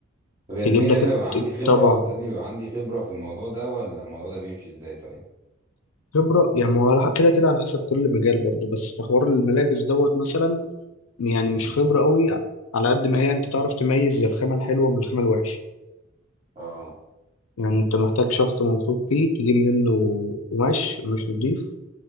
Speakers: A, on the right; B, on the left.
A: طب يا
B: تجيب
A: زميلي لازم
B: لك
A: يبقى عندي
B: الطبع
A: خبرة لازم يبقى عندي خبرة في الموضوع ده ولا الموضوع ده بيمشي ازاي طيب
B: خبرة يعني ما هو على- كده كده على حسب كل مجال برضو بس في حوار الملابس دوت مثلا يعني مش
A: امم
B: خبرة قوي على قد ما هي انت تعرف تميز الخامة الحلوة من الخامة الوحشة
A: اه
B: يعني انت محتاج شخص موثوق فيه تجيب منه قماش مش نضيف